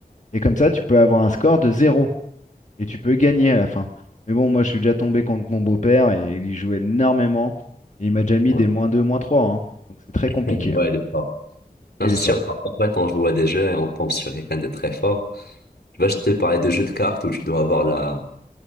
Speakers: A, on the left; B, on the left.
A: Et comme ça, tu peux avoir un score de zéro Et tu peux gagner à la fin. Mais bon, moi je suis déjà tombé contre mon beau-père et il y joue énormément. Et il m'a déjà mis
B: Ouais,
A: des moins 2, moins trois. hein. Donc c'est très
B: <laughs>
A: compliqué.
B: ouais,
A: hein.
B: il est fort.
A: Ah,
B: Non,
A: il
B: c'est
A: est fort.
B: sûr, par contre, en fait, on joue à des jeux et on tombe sur quelqu'un de très fort. Tu vois, je te parlais de jeux de cartes où tu dois avoir la,